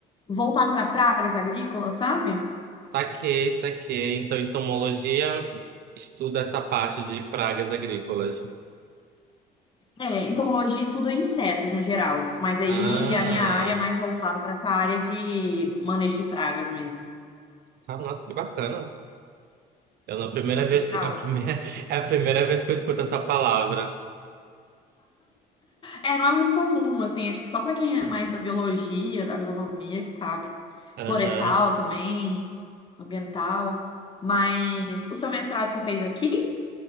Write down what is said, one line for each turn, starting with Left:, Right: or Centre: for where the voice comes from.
Left: voltado para pragas agrícolas, sabe?
Right: saquei, saquei. Então, em tomologia, estuda essa parte de pragas agrícolas.
Left: É, entomologia estuda insetos no geral, mas aí
Right: Ah,
Left: a minha área é mais voltada para essa área de manejo de pragas mesmo.
Right: ah, nossa, que bacana. Eu, na primeira vez
Left: Legal.
Right: que a primeira <laughs> é a primeira vez que eu escuto essa palavra.
Left: É, não é muito comum, assim, é tipo só para quem é mais da biologia, da agronomia, que sabe.
Right: Aham.
Left: Florestal também, ambiental. Mas o seu mestrado você fez aqui